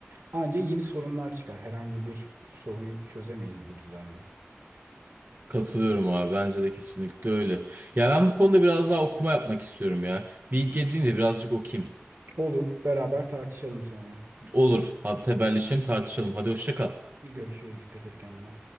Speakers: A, on the right; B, on the right.
A: ancak yeni sorunlar çıkar. Herhangi bir sorunu çözemeyiz bu düzende.
B: Katılıyorum abi. Bence de kesinlikle öyle. Ya ben bu konuda biraz daha okuma yapmak istiyorum ya. Bir ilk girdiğimde birazcık okuyayım.
A: Olur, beraber tartışalım sonra.
B: Olur. Hadi haberleşelim, tartışalım. Hadi hoşça kal.
A: Görüşürüz. Dikkat et kendine.